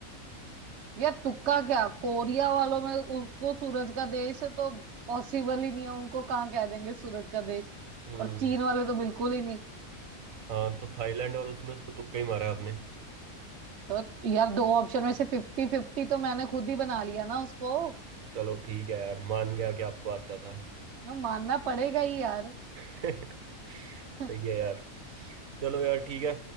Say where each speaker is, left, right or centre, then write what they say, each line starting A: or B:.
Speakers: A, on the right; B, on the right.
A: यार तुक्का क्या कोरिया वालों में उसको सूरज का देश है तो पॉसिबल ही नहीं है उनको कहाँ कह देंगे सूरज का देश
B: हम्म
A: और चीन वाले तो बिल्कुल ही नहीं
B: हाँ तो थाईलैंड और उसमें से तो तुक्का ही मारा है आपने
A: तो यार दो ऑप्शन में से फिफ्टी फिफ्टी तो मैंने खुद ही बना लिया ना उसको
B: चलो ठीक है यार मान गया कि आपको आता था
A: मैं मानना पड़ेगा ही यार
B: <laughs>
A: <laughs>
B: सही है यार चलो यार ठीक है